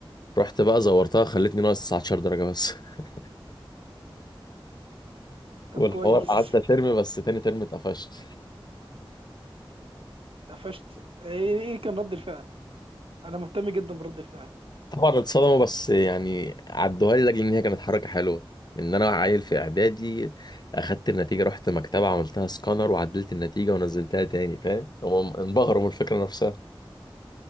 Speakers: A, on the left (about 50°); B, on the right (about 75°).
A: رحت بقى زورتها خلتني ناقص 19 درجة بس <laughs>
B: طب
A: والحوار
B: كويس
A: قعدت ترم بس تاني ترم اتقفشت
B: <laughs> قفشت ايه إيه كان رد الفعل انا مهتم جدا برد الفعل
A: طبعا اتصدموا بس يعني عدوها لي لاجل ان هي كانت حركة حلوة ان انا عيل في اعدادي اخدت النتيجة رحت مكتبة عملتها سكانر وعدلت النتيجة ونزلتها تاني فاهم هم انبهروا من الفكرة نفسها